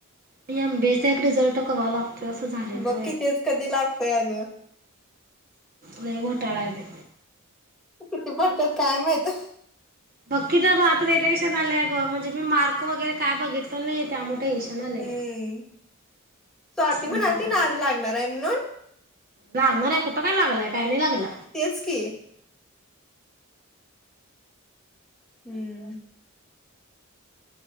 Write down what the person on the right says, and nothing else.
या एम बी ए चा एक रिझल्ट केव्हा लागतो? असं झाले बे
नाही गोठाळा आहेे बाई.
बाकी तर आता रटेशन आले ग म्हणजे मी मार्क वगैरे काय बघितलं नाही त्यामुळे टेन्शन आले
बोंबच
लागणार आहे कुठं काय लागलंय काही नाही लागलं?